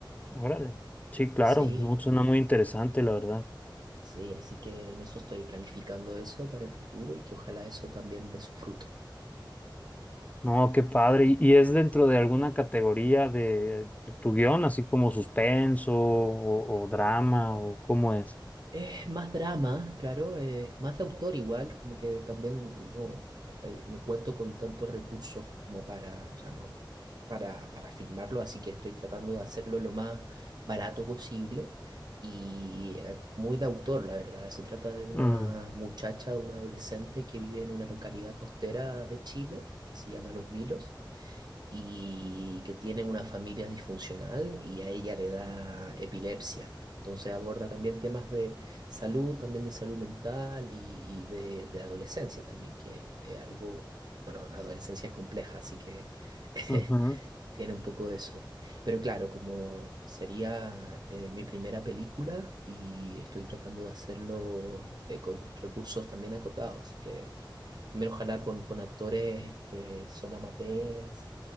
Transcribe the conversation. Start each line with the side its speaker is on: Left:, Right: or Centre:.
Left: Órale. Sí, claro.
Right: Sí.
Left: No, suena muy interesante, la verdad.
Right: Sí, así que en eso estoy planificando eso para el futuro y que ojalá eso también dé su fruto.
Left: No, qué padre. ¿Y y es dentro de alguna categoría de, de tu guión, así como suspenso o, o drama o cómo es?
Right: Es más drama, claro, es más de autor igual, como que también no, eh, no cuento con tantos recursos como para, o sea, no, para, para filmarlo, así que estoy tratando de hacerlo lo más barato posible y eh, muy de autor, la verdad. Se trata de una
Left: Mm,
Right: muchacha, de una adolescente que vive en una localidad costera de Chile, que se llama Los Vilos, y que tiene una familia disfuncional y a ella le da epilepsia. Entonces aborda también temas de salud, también de salud mental y, y de, de adolescencia también, que es algo, bueno, la adolescencia es compleja, así que <laughs>
Left: ujú,
Right: tiene un poco de eso. Pero claro, como sería eh, mi primera película y estoy tratando de hacerlo eh, con recursos también acotados, así que también ojalá con, con actores que son amateurs.